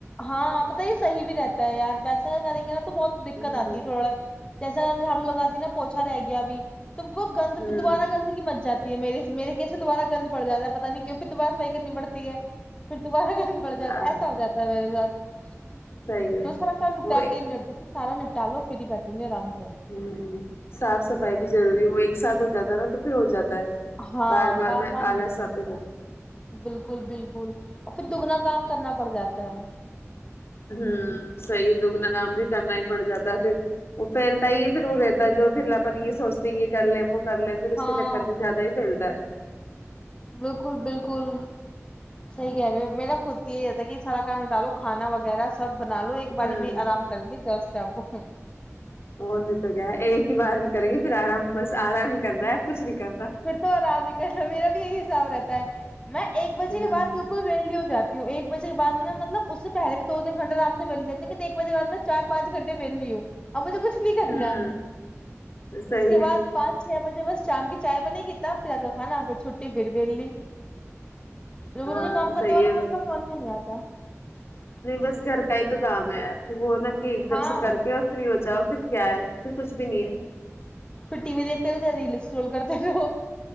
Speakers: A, on the left (about 20°); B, on the left (about 55°).
A: ہاں پت یہ صحیح بھی رہتا ہے یار ویسے کریں گے نا تو بہت دقت
B: ہوں
A: آتی ہے تھوڑا <unintelligible> جیسا کر نے جھاڑو لگات دی نا پوچھا رہ گیا بھیھی تو وہ گند
B: ہوں
A: دوبارہ گند کی مچ جاتی میرے میرریس میں دوبارہ گند پڑ جاتا ہے پتا نہیں کیوں پھر دوبارہ ب <unintelligible> کرنی پڑتی ہے پھر دوبارہ کرنا پڑ جاتا
B: ہاں
A: ہے ایسا ہو جاتا <unintelligible> میرے سذات <unintelligible>
B: صحیح ہے
A: جو سرا سان پہ
B: وہ
A: گئے نرد <unintelligible> سارا نپٹالو پھرری بیٹھوں گے آرام سے <unintelligible>
B: ہ صاف صفائی بھی ضروری ہوئی ایک ساتھ ہو جاتا نا تو پھر ہو جاتا ہے
A: ہاں
B: بار بار
A: بات
B: میں
A: بد
B: آلس
A: نہیں ہوتا
B: آتے ہ
A: بالکل بالکل اور پھر دگنا کام کرنا پڑ جاتا ہے
B: ہ صحیح دگنا کام بھی کرنا ہی پڑ جاتا ہے پھر وہ پھیلتا ہی پھر وہ رہتا ہے جو پھر اپن یہ سوچتے ہیں یہ کر لیں وہ کر لے پھر اس
A: ہاں
B: کے چکر میں زیادہ ہی پھیلتا ہے <unintelligible>
A: بالکل بالکل صحیح کہہ رہے میرا خود یہی رہتا ہے کہ سڑا کان ڈالو کھانا وغیرہ <unintelligible> سب بنا لو ایک باری
B: ہ
A: میں آرام کریں گے جسٹ <unintelligible> پ <unintelligible>
B: وہ بھی تو گ ہے ایک ہی بار بھی کریں گے پھر آرام بس آرام ہی کرنا ہے کچھ نہیں کرنا
A: پھر تو آرام نکلنا ہے میرا بھی یہی حساب رہتا ہے میں ایک بجے
B: ہ
A: کے بع بالکل ریل نہیں ہوں جاتی ایک بجے کے بد میں مطلب اس سے پہلے بھی دو تین گھٹے آرام سے بیل دیتےے لیکن ایک بجے کے بد میں چار پانچ گنٹے بیلی ہوں مجھے کچھ نہیں کرنا
B: ہ صحیح
A: اس کے
B: ہے
A: بعد پانچ بجے بس جام کی چائے نہیں ہیتا پھر رات کا کھانا پھر چھٹی پھر ولی لگروں
B: ہاں
A: کے کام کرنے
B: صحیح
A: والا
B: ہے
A: مسئلہ سمجھ میں نہیں آتا تو
B: نہیں بس گھر کا ہی تو کام ہے یار پھر وہ نہ کہ ایک دم
A: ہاں
B: سے کر کے اور فری ہو جاؤ پھر کیا ہے پھر کچھ بھی نہیں ہے
A: پھر ٹی و دھتے رہ کیا ریل اسکرول کرتا رہو